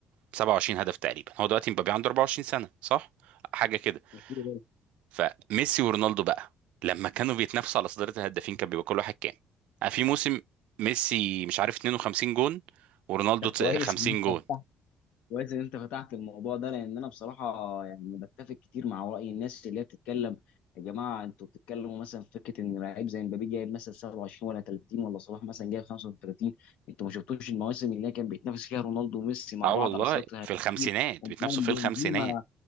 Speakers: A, on the right; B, on the left.
A: 27 هدف تقريبا هو دلوقتي مبابي عنده 24 سنة صح حاجة كده
B: مش كده.
A: فميسي ورونالدو بقى لما كانوا بيتنافسوا على صدارة الهدافين كان بيبقى كل واحد كام آه، في موسم ميسي مش عارف 52 جون ورونالدو
B: طب
A: ت-
B: كويس
A: 50
B: ان
A: جون
B: انت كويس ان انت فتحت الموضوع ده لان انا بصراحه يعني بتفق كتير مع راي الناس اللي هي بتتكلم يا جماعه انتوا بتتكلموا مثلا في فكره ان لعيب زي مبابي جايب مثلا 27 ولا 30 ولا صلاح مثلا جايب 35 انتوا ما شفتوش المواسم اللي هي كان بيتنافس فيها رونالدو وميسي مع
A: اه
B: بعض
A: والله
B: على سيطره الهجوم
A: في الخمسينات
B: ومعاهم
A: بيتنافسوا في
B: بنزيما
A: الخمسينات